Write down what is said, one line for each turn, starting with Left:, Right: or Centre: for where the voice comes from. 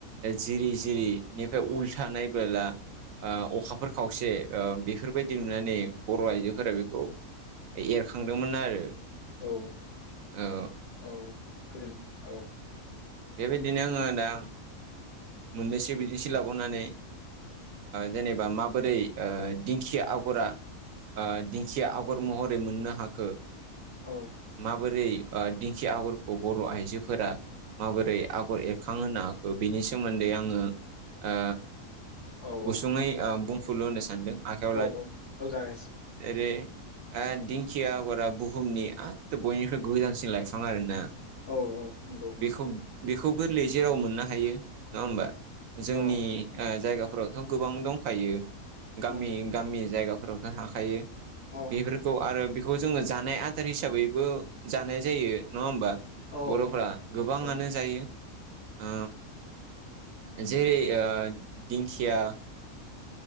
Right: जिरि जिरिनिफ्राय उल्था नायबोला अखाफोर खावसे बेफोरबायदि नुनानै बर' आइजोफोरा बेखौ एरखांदोंमोन आरो
Left: औ
Right: औ
Left: औ गोजोन औ
Right: बेबायदिनो आङो दा मोननैसो बिदिनथि लाबावनानै जेनेबा माबोरै दिंखिया आगरा दिंखिया आगर महरै मोननो हाखो
Left: औ
Right: माबोरै दिंखि आगरखौ बर' आइजोफोरा माबोरै आगर एरखांहोनो हाखो बिनि सोमोन्दै आङो ओ
Left: औ
Right: गुसुङै बुंफुरलु होनो सानदों आखायाव
Left: औ
Right: लादों
Left: औ औ जागायसै
Right: जेरै आ दिंखिया आगरा बुहुमनि एथ' बयनिख्रुइ गोजानसिन लाइफां आरोना।
Left: औ औ नंगौ
Right: बेखौ बेखौ गोरलैयै जेराव मोननो हायो नङा होमबा जोंनि
Left: औ
Right: जायगा फोरावथ' गोबां दं। खायो गामि
Left: उम
Right: गामि जायगाफोराव हायो
Left: औ
Right: बेफोरखौ आरो बेखौ जोङो जानाय आदार हिसाबैबो जानाय जायो नङा होमबा
Left: औ
Right: बर'फ्रा?
Left: औ
Right: गोबाङानो
Left: औ
Right: जायो। औ ज जेरै ओ दिंखिया